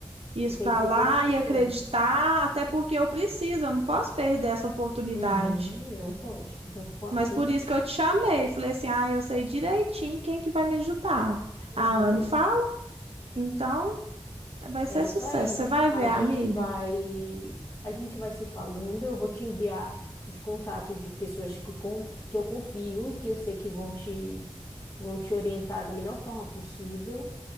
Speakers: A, on the right; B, on the left.
A: isso
B: tu tem
A: para
B: que ser
A: lá
B: consistente.
A: e acreditar, até porque eu preciso, eu não posso perder essa oportunidade.
B: Uhum, não pode. Então tu pode,
A: Mas
B: tu,
A: por isso que eu te chamei, falei assim: "Ah, eu sei direitinho quem que vai me ajudar".
B: uhum,
A: A Anne fala: "Então, vai
B: é
A: ser
B: isso
A: sucesso,
B: aí.
A: você vai
B: A
A: ver, amiga".
B: gente vai, a gente vai se falando, eu vou te enviar os contatos de pessoas que, conf- que eu confio e que eu sei que vão te vão te orientar da melhor forma possível